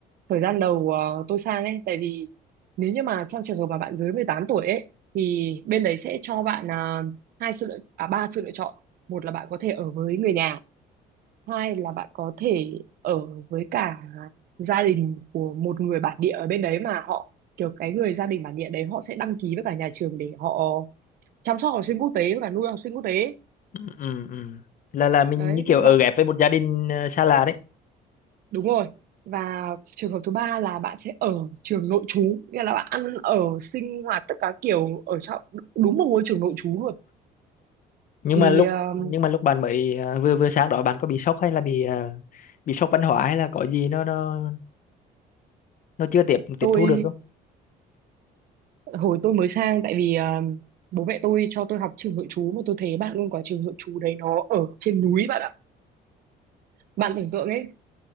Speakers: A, on the right; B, on the left.
A: thời gian đầu ờ, tôi sang ấy tại vì nếu như mà trong trường hợp mà bạn dưới 18 tuổi ấy thì bên đấy sẽ cho bạn à, hai sự lựa à ba sự lựa chọn một là bạn có thể ở với người nhà hai là bạn có thể ở với cả gia đình của một người bản địa ở bên đấy mà họ kiểu cái người gia đình bản địa đấy họ sẽ đăng ký với cả nhà trường để họ chăm sóc học sinh quốc tế và nuôi học sinh quốc tế
B: Ừ, ừ, ừ. Là là mình
A: đấy
B: như kiểu ở
A: Và
B: ghép với một gia đình à, xa lạ đấy.
A: Đúng rồi. Và trường hợp thứ ba là bạn sẽ ở trường nội trú, nghĩa là bạn ăn ở sinh hoạt tất cả kiểu ở trong đúng một ngôi trường nội trú luôn.
B: Nhưng
A: Thì
B: mà lúc
A: ờ,
B: nhưng mà lúc bạn mới à, vừa vừa sang đó bạn có bị sốc hay là bị à, bị sốc văn hóa hay là có gì nó nó nó chưa tiếp tiếp
A: tôi
B: thu được không?
A: hồi tôi mới sang tại vì ờ, bố mẹ tôi cho tôi học trường nội trú mà tôi thấy bạn luôn quả trường nội trú đấy nó ở trên núi bạn ạ. Bạn tưởng tượng ấy,